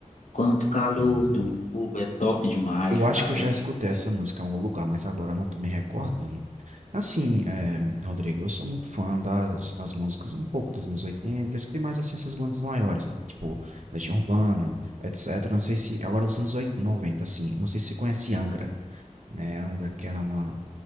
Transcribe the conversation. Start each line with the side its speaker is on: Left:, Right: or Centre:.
Left: quanto o calor
Right: hum.
Left: do fogo. É top demais,
Right: Eu acho
Left: cara.
Right: que eu
Left: Eu,
Right: já escutei essa música em algum lugar, mas agora eu não tô me recordando. Assim, é, Rodrigo, eu sou muito fã das, das músicas um pouco dos anos 80. Eu escutei mais, assim, essas bandas maiores, tipo Legião Urbana, etc. Não sei se... Agora dos anos 80, 90, assim. Não sei se você conhece Angra, né? Angra, que é uma,